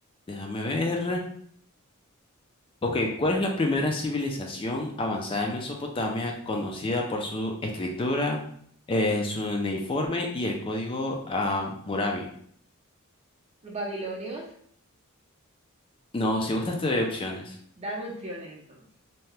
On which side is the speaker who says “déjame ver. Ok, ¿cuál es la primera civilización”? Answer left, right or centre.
Left